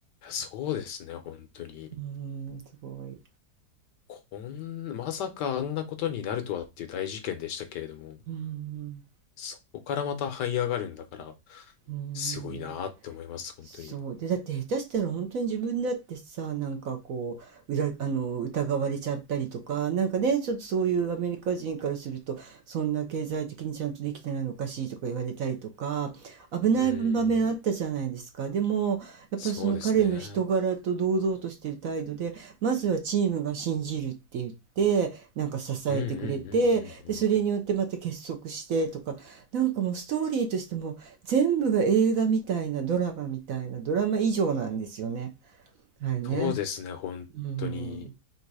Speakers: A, on the left (about 75°); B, on the right (about 60°).
A: そうですね、本当に。
B: うん、すごい。
A: こん、まさかあんなことになるとはっていう大事件でしたけれども、
B: うん、
A: そこからまた這い上がるんだから、
B: うん。
A: すごいなーって思います、本当に。
B: そうでだって下手したら本当に自分だってさなんかこう裏あの疑われちゃったりとかなんかねちょっとそういうアメリカ人からするとそんな経済的にちゃんとできてないのおかしいとか言われたりとか
A: うーん、
B: 危ない場面あったじゃないですかでもやっぱりその彼の人柄と堂々としてる態度でまずはチームが信じるって言って。
A: そうですね。
B: なんか支えてくれてでそれによってまた結束してとかなんかもうストーリーとしても全部が映画みたいな、
A: うんうんうんうんうんうん。
B: ドラマみたいな、ドラマ以上なんですよね。はいね。
A: そうですね、本当に。
B: うん。